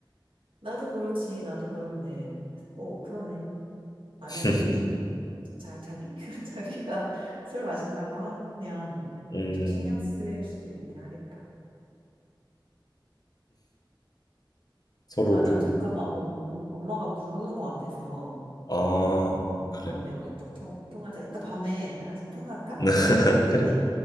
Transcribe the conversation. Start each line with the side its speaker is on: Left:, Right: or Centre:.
Right: 나도 그렇지, 나도 그런데. 어, 그러네. 만약에
Left: <laughs>
Right: 자, 자기? <laughs> 자기가 술 마신다고 하면
Left: 음,
Right: 좀 신경 쓸 수도 있긴 하겠다.
Left: 서로
Right: 아, 나
Left: 좀
Right: 잠깐만, 엄, 엄마가 부르는 것 같아서.
Left: 아, 그래,
Right: 다음에
Left: 그래.
Right: 우리 또 통, 통하자. 이따 밤에 다시 통화할까?
Left: <laughs>
Right: 나 자기 전에?
Left: 그래.